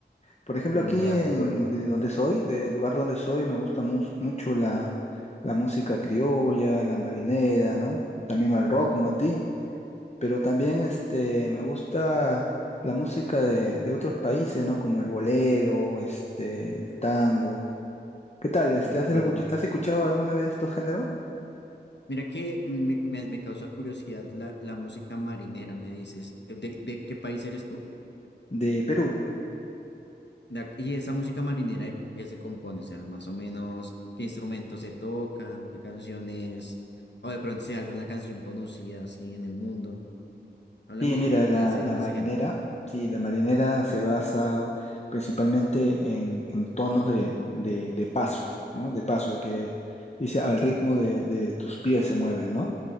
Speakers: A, on the left; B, on the left.
A: Por ejemplo,
B: Mm,
A: aquí
B: De acuerdo,
A: en, de donde soy, del lugar donde soy, me gusta mus- mucho la, la música criolla, la marinera, ¿no? También el rock como a ti. pero también este, me gusta la música de, de otros países, ¿no? Como el bolero, este, el tango. ¿Qué tal?
B: de
A: Este,
B: acuerdo.
A: ¿has, escuch- has escuchado alguna vez estos géneros
B: Mira que me, me- me causa curiosidad la, la música marinera, me dices. Eh, ¿De, de qué país eres tú?
A: de Perú?
B: De ac- y esa música marinera, ¿de ¿qué se compone? O sea, más o menos, ¿qué instrumentos se tocan? ¿Qué canciones? O de pronto sea alguna canción conocida así en el mundo. Háblame
A: Sí, mira,
B: como
A: la,
B: de ese,
A: la
B: de
A: marinera,
B: ese género.
A: sí, la marinera se basa principalmente en, en tonos de, de, de paso, ¿no? De paso, de que dice al ritmo de, de tus pies se mueve, ¿no?